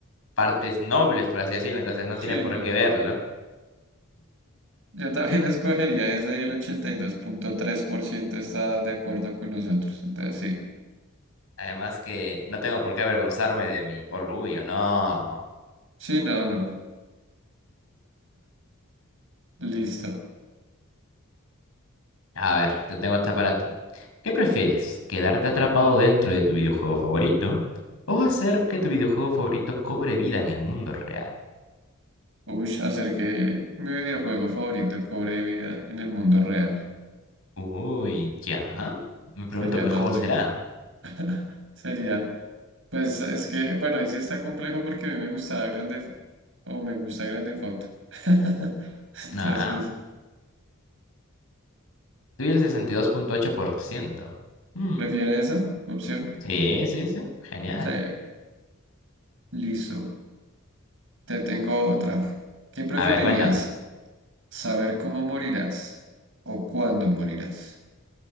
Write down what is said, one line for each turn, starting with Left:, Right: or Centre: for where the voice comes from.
Left: partes nobles, por así decirlo, entonces no
Right: Sí,
Left: tiene por
Right: no.
Left: qué verlo.
Right: Yo también <laughs> escogería esa y el ochenta y dos punto tres por ciento está de acuerdo con nosotros. Entonces, sí.
Left: Además que no tengo por qué avergonzarme de mi orgullo, no.
Right: Sí, no, no. Listo.
Left: A ver, te tengo esta para ti. ¿Qué prefieres? ¿Quedarte atrapado dentro de tu videojuego favorito o hacer que tu videojuego favorito cobre vida en el mundo real?
Right: Uy, hacer que mi videojuego favorito cobre vida en el mundo real.
Left: Uy, ya. Me pregunto
Right: Sería
Left: qué
Right: más
Left: juego
Right: loco.
Left: será.
Right: <laughs> Sería. Pues es que, bueno, ahí sí está complejo porque a mí me gustaba Grande F- o me gusta Grande Foto. <laughs> Entonces,
Left: Ah,
Right: pues,
Left: Estoy el sesenta y dos punto ocho por ciento. Mm,
Right: ¿prefiere esa opción?
Left: sí, sí, sí. Genial.
Right: Sí, listo. Te tengo otra. ¿Qué preferirías?
Left: A ver, cuéntame.
Right: ¿Saber cómo morirás o cuándo morirás?